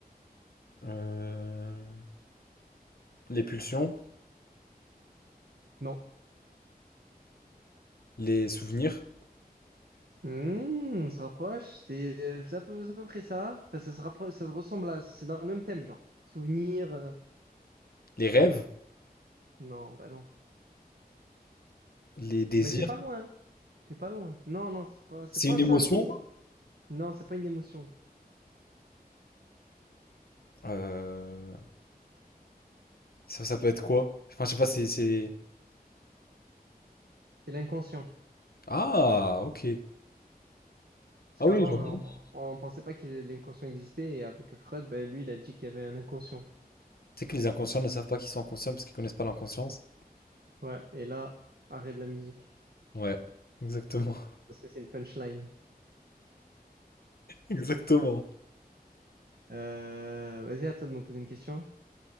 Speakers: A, on the left; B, on the right.
A: euh, les pulsions,
B: Non.
A: les souvenirs,
B: Hmm, on se rapproche. C'est euh, c'est à peu, c'est à peu près ça. Enfin, ça se rapproche, ça se ressemble à. C'est dans le même thème, genre. Souvenir. euh,
A: les rêves,
B: Non, bah non.
A: les désirs.
B: Mais t'es pas loin. hein. T'es pas loin. Non, non, c'est pas, c'est
A: C'est
B: pas
A: une
B: ça.
A: émotion?
B: C'est non, c'est pas une émotion.
A: Euh, ça, ça peut être quoi? Enfin, je sais pas, c'est... c'est-
B: C'est l'inconscient.
A: Ah, ok.
B: Parce
A: Ah
B: qu'avant,
A: oui, je vois.
B: euh, on, on pensait pas que l'inconscient existait. Et avec Freud, ben, lui, il a dit qu'il y avait un inconscient.
A: C'est que les inconscients ne savent pas qu'ils sont inconscients parce qu'ils connaissent pas l'inconscience.
B: Ouais, et là, arrêt de la musique,
A: Ouais, exactement.
B: parce que c'est une punchline.
A: <laughs> Exactement.
B: Euh, vas-y, à toi de me poser une question.